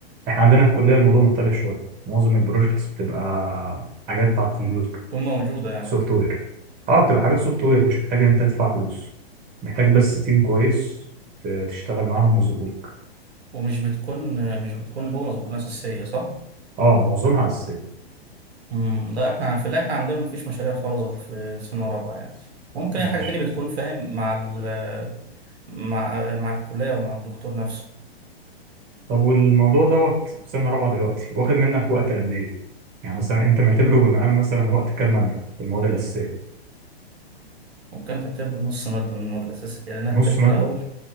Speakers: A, on the right (about 30°); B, on the right (about 75°).
A: عندنا في الكليه الموضوع مختلف شويه معظم البروجكتس بتبقى حاجات على الكمبيوتر
B: بتكون موجوده يعني
A: سوفت وير اه بتبقى حاجات سوفت وير مش محتاج ان انت تدفع فلوس محتاج بس تيم كويس ت- تشتغل معاهم ويزقوك
B: ومش بتكون مش بتكون بونص بتكون اساسيه صح
A: اه معظمها اساسيه
B: امم لا احنا في اللي احنا عندنا مفيش مشاريع خالص غير في سنة رابعة يعني ممكن
A: ماشي
B: اي حاجة تانية بتكون فاهم مع ال مع مع الكلية ومع الدكتور نفسه
A: طب والموضوع دوت في سنه رابعه دلوقتي واخد منك وقت قد ايه يعني مثلا انت معتبره بمقام مثلا وقت كام ماده في المواد الاساسيه
B: ممكن تكتب نص مادة من المواد الأساسية يعني أنا
A: نص
B: الترم
A: ماده
B: الأول